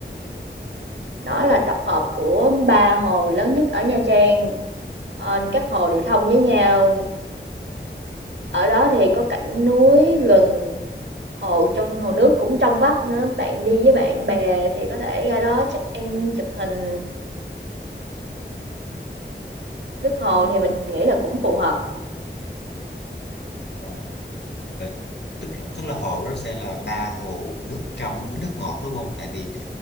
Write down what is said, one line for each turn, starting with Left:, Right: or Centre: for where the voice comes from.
Right: đó là tập hợp của ba hồ lớn nhất ở Nha Trang. Ờ, các hồ đều thông với nhau Ở đó thì có cảnh núi, gần hồ trong hồ nước cũng trong vắt nữa, bạn đi với bạn bè thì có thể ra đó check-in, chụp hình. Nước hồ
Left: Ừ.
Right: thì mình nghĩ là cũng phù hợp,
Left: À, Vậy, tức tức là hồ đó sẽ là ba hồ nước trong với nước ngọt đúng không? Tại vì